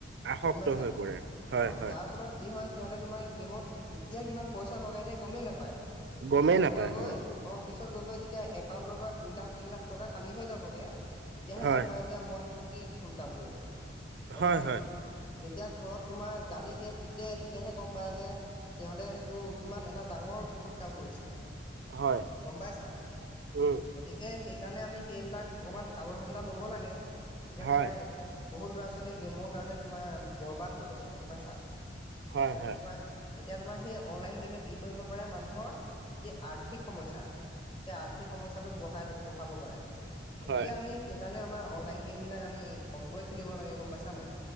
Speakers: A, on the right (about 65°); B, on the left (about 25°).
A: আসক্ত
B: গম পাইছা
A: হৈ পৰে হয়
B: অ
A: হয়
B: যাৰ ফলত কি হয়, সিহঁতে তোমাৰ গেমত কেতিয়া কিমান পইচা লগাই দিয়ে গমেই নাপায়, পিছত
A: গমেই নাপায়
B: গৈ গৈ
A: হয়
B: অ পিছত গৈ গৈ যেতিয়া একাউণ্টৰ পৰা দুই লাখ, তিনি লাখ টকা খালী হৈ যাব গে তেতিয়াহে
A: হয়।
B: গম পায় যে মই এইটো কি ভুল কাম কৰিলোঁ গম
A: হয়
B: পাইছা
A: হয়
B: নাই যেতিয়া ঘৰত তোমাৰ গালি দিয়ে পিতে তেতিয়াহে গম পায় যে সিহঁতে সেইটো কিমান এটা ডাঙৰ ভুল কাম কৰিছে।
A: হয়
B: গম পাইছা
A: উম।
B: গতিকে সেইকাৰণে আমি সেইবিলাক অকণমান সাৱধানতা ল'ব লাগে। এতিয়া
A: হয়
B: তোমাৰ বহুত ল'ৰা-ছোৱালী গেমৰ কাৰণে তোমাৰ বৰবাদ হৈ গৈছে গম পাইছা
A: হয়
B: সেইকাৰণে
A: হয়
B: তোমাৰ এতিয়া তোমাৰ সেই অনলাইন গেমে কি কৰিব পাৰে মানুহৰ যি আৰ্থিক সমস্যা সেই আৰ্থিক সমস্যাটো বঢ়াই বঢ়াব পাৰে। গতিকে
A: হয়
B: আমি সেইকাৰণে আমাৰ অনলাইন গেমবিলাক আমি কমকৈ খেলিব লাগে গম পাইছা নাই